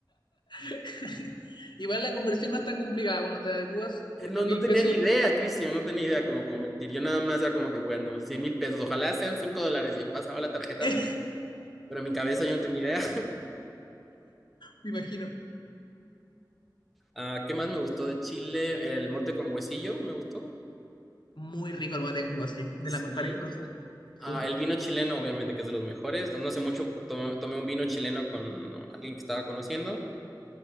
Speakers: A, on the left; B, in the centre.
A: <laughs> Igual la conversión no es tan complicada cuando te adecuas, porque
B: No,
A: mil
B: no tenía
A: pesos,
B: ni idea, Cristian, no tenía ni idea cómo convertir. Yo nada más era como que, bueno, cien mil pesos, ojalá sean cinco dólares. Yo pasaba la tarjeta,
A: <laughs>
B: pero, pero en mi cabeza yo no tenía idea.
A: me imagino.
B: Ah, ¿qué más me gustó de Chile? El mote con huesillo, me gustó.
A: Muy rico el mate con guasillo, de
B: Sí.
A: las mejores cosas. Sí.
B: Ah, el vino chileno, obviamente, que es de los mejores. No sé mucho, tomé, tomé un vino chileno con alguien que estaba conociendo